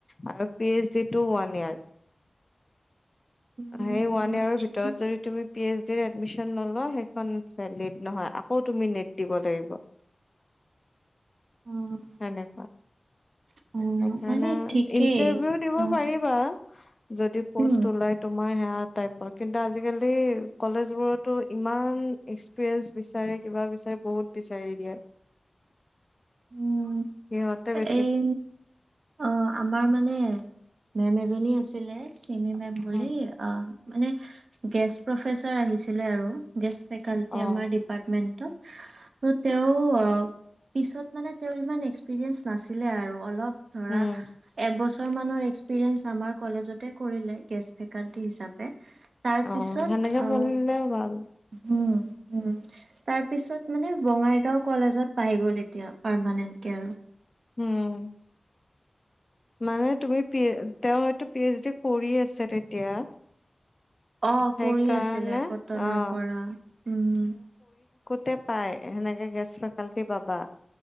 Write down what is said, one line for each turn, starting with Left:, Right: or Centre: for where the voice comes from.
Left: আকৌ P H to one year.
Right: উম,
Left: সেই ওৱান ইয়েৰৰ
Right: ঠিকে
Left: ভিতৰত যদি তুমি পি এইচ ডিত এডমিছন নোলোৱা, সেইখন ভেলিড নহয়। আকৌ তুমি নেট দিব লাগিব।
Right: অ',
Left: সেনেকুৱা
Right: অ',
Left: সেইকাৰণে
Right: মানে ঠিকেই
Left: ইণ্টাৰভিউ দিব
Right: অ',
Left: পাৰিবা। যদি পোষ্ট
Right: উম,
Left: ওলাই তোমাৰ হেয়াত টাইপ ক কিন্তু আজ আজি-কালি কলেজবোৰটো ইমান এক্সপিৰিয়েঞ্চ বিচাৰে, কিবা বিচাৰে বহুত বিচাৰি দিয়ে।
Right: উম
Left: সিহঁতে বেছি
Right: এই অ আমাৰ মানে উম, মেম এজনী আছিলে। ইনে নেম ভলি
Left: উম,
Right: অ এনে গেষ্ট প্ৰফেচাৰ আহিছিলে আৰু গেষ্ট ফেকাল্টি
Left: অ
Right: আমাৰ ডিপাৰ্টমেণ্টত ত তেওঁ অ পিছত মানে তেওঁৰ ইমান এক্সপিৰিয়েন্ঞ্চ নাছিলে আৰু অলপ ধৰা
Left: উম
Right: এবছৰ মানৰ এক্স পিৰেঞ্চ আমাৰ কলেজতে কৰিলে গেষ্ট ফেকালটি হিচাপে। তাৰ
Left: অ
Right: পিছত,
Left: সেনেকে
Right: অহ
Left: পঢ়িলে ভাল
Right: হুম। উম তাৰ পিছত মানে বঙাইগাঁও কলেজত পাই গ'ল। এতিয়া পাৰমানেন্ট কে আৰু।
Left: উম। মানে তুমি পি তেওঁ হয়তো পি এইচ ডি কৰি আছে তেতিয়া
Right: অ
Left: সেইকাৰণে
Right: কৰি আছিলে কটনৰ
Left: অ'।
Right: পৰা উম।
Left: তে পাই, সেনেকে গেছ ফেকালটি পাবা।